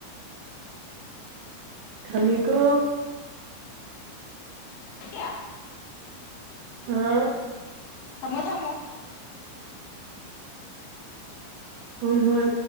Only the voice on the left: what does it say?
<unintelligible>
ꯊꯝꯃꯣ ꯊꯝꯃꯣ